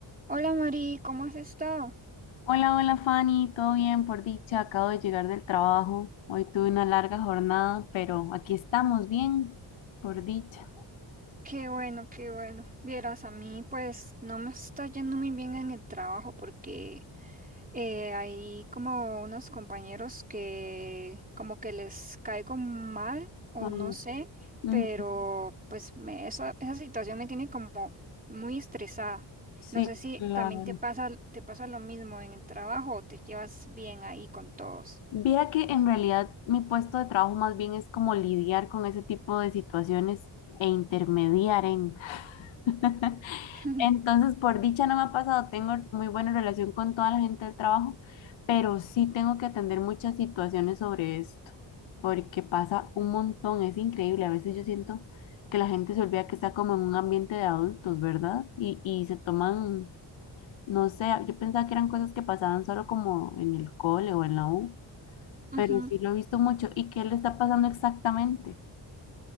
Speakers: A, on the right (about 20°); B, on the left (about 85°).
A: Hola Mari, ¿cómo has estado?
B: Hola, hola Fanny, todo bien por dicha, acabo de llegar del trabajo. Hoy tuve una larga jornada, pero aquí estamos bien, por dicha.
A: Qué bueno, qué bueno. Vieras, a mí pues no me está yendo muy bien en el trabajo porque eh, hay como unos compañeros que como que les caigo mal o
B: Mm,
A: no sé,
B: mm,
A: pero pues me- esa, esa situación me tiene como muy estresada.
B: Sí,
A: No sé si
B: claro.
A: también te pasa, te pasa lo mismo en el trabajo o te llevas bien ahí con todos.
B: Viera que en realidad mi puesto de trabajo más bien es como lidiar con ese tipo de situaciones e intermediar en. <laughs>
A: <laughs>
B: Entonces, por dicha no me ha pasado, tengo muy buena relación con toda la gente del trabajo, pero sí tengo que atender muchas situaciones sobre esto, porque pasa un montón, es increíble. A veces yo siento que la gente se olvida que está como en un ambiente de adultos, ¿verdad? Y, y se toman, no sé, yo pensaba que eran cosas que pasaban solo como en el cole o en la U, pero
A: Ujú.
B: sí lo he visto mucho. ¿Y qué le está pasando exactamente?